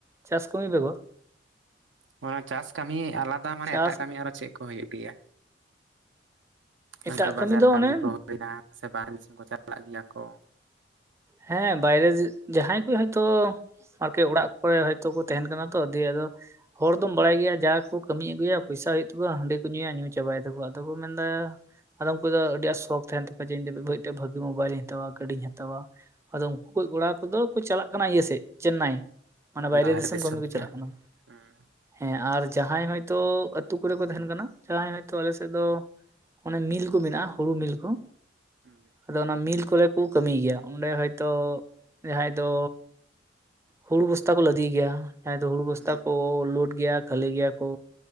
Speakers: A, on the right (about 15°); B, on the right (about 85°).
A: ᱪᱟᱥ ᱠᱟᱹᱢᱤ ᱵᱮᱜᱚᱨ
B: ᱦᱚᱸ ᱪᱟᱥ ᱠᱟᱹᱢᱤ ᱟᱞᱟᱫᱟ ᱢᱟᱱᱮ
A: ᱪᱟᱥ
B: ᱮᱴᱟᱜ ᱠᱟᱹᱢᱤ ᱟᱨᱚ ᱪᱮᱜ ᱠᱚ ᱦᱩᱭᱩᱜ ᱜᱮᱭᱟ? ᱱᱚᱝᱠᱟ
A: ᱮᱴᱟᱜ
B: ᱵᱟᱡᱟᱨ
A: ᱫᱚ
B: ᱠᱟᱹᱢᱤ
A: ᱚᱱᱮ
B: ᱠᱚ ᱢᱮᱱᱟᱜᱼᱟ ᱥᱮ ᱵᱟᱦᱨᱮ ᱫᱤᱥᱚᱢ ᱠᱚ ᱪᱟᱞᱟᱜ ᱜᱮᱭᱟ ᱠᱚ᱾
A: ᱦᱮᱸ ᱵᱟᱭᱨᱮ ᱫᱤ ᱡᱟᱦᱟᱸᱭ ᱠᱚ ᱦᱚᱭᱛᱳ ᱟᱨᱠᱤ ᱚᱲᱟᱜ ᱠᱚᱨᱮ ᱦᱚᱭᱛᱳ ᱠᱚ ᱛᱟᱦᱮᱱ ᱠᱟᱱᱟ ᱛᱚ ᱫᱤᱭᱮ ᱟᱫᱚ ᱦᱚᱲ ᱫᱚᱢ ᱵᱟᱲᱟᱭ ᱜᱮᱭᱟ ᱡᱟ ᱠᱩ ᱠᱟᱹᱢᱤ ᱟᱹᱜᱩᱭᱟ ᱯᱚᱭᱥᱟ ᱦᱩᱭᱩᱜ ᱛᱟᱠᱚᱣᱟ ᱦᱟᱺᱰᱤ ᱠᱩ ᱧᱩᱭᱟ ᱧᱩ ᱪᱟᱵᱟᱭ ᱫᱟᱠᱚ ᱟᱫᱚ ᱠᱚ ᱢᱮᱱᱮᱫᱟ ᱟᱫᱚ ᱩᱱᱠᱩ ᱫᱚ ᱟᱹᱰᱤ ᱟ ᱥᱚᱠ ᱛᱟᱦᱮᱱ ᱛᱟᱠᱚᱣᱟ ᱡᱮ ᱤᱧ ᱫᱚ <unintelligible> ᱵᱷᱟᱜᱤ ᱢᱳᱵᱟᱭᱤᱞᱤᱧ ᱦᱟᱛᱟᱣᱟ, ᱜᱟᱹᱰᱤᱧ ᱦᱟᱛᱟᱣᱟ᱾ ᱟᱫᱚ ᱩᱱᱠᱩ ᱠᱚᱭ ᱠᱚᱲᱟ ᱠᱩ ᱫᱚ ᱠᱩ ᱪᱟᱞᱟᱜ ᱠᱟᱱᱟ ᱤᱭᱟᱹ ᱥᱮᱡ ᱪᱮᱱᱱᱟᱭ᱾ ᱢᱟᱱᱮ ᱵᱟᱭᱨᱮ
B: ᱵᱟᱦᱨᱮ
A: ᱫᱤᱥᱚᱢ ᱠᱟᱹᱢᱤ
B: ᱛᱮ᱾
A: ᱠᱚ ᱪᱟᱞᱟᱜ ᱠᱟᱱᱟ᱾
B: ᱦᱩᱸ
A: ᱦᱮᱸ ᱟᱨ ᱡᱟᱦᱟᱸᱭ ᱦᱚᱭᱛᱳ ᱟᱹᱛᱩ ᱠᱚᱨᱮ ᱠᱚ ᱛᱟᱦᱮᱱ ᱠᱟᱱᱟ ᱡᱟᱦᱟᱸᱭ ᱦᱚᱭᱛᱳ ᱟᱞᱮ ᱥᱮᱫ ᱫᱚ ᱚᱱᱮ ᱢᱤᱞ ᱠᱩ ᱢᱮᱱᱟᱜᱼᱟ ᱦᱩᱲᱩ ᱢᱤᱞ ᱠᱩ
B: ᱦᱩᱸ
A: ᱟᱫᱚ ᱚᱱᱟ ᱢᱤᱞ ᱠᱚᱨᱮ ᱠᱩ ᱠᱟᱹᱢᱤᱭ ᱜᱮᱭᱟ᱾ ᱚᱸᱰᱮ ᱦᱚᱭᱛᱚ ᱡᱟᱦᱟᱸᱭ ᱫᱚ ᱦᱩᱲᱩ ᱵᱚᱥᱛᱟ ᱠᱚ ᱞᱟᱹᱫᱤᱭ ᱜᱮᱭᱟ᱾ ᱦᱮᱸ ᱫᱚ ᱦᱩᱲᱩ ᱵᱚᱥᱛᱟ
B: ᱦᱩᱸ
A: ᱠᱚ ᱞᱳᱰ ᱜᱮᱭᱟ ᱠᱷᱟᱹᱞᱤ ᱜᱮᱭᱟ ᱠᱚ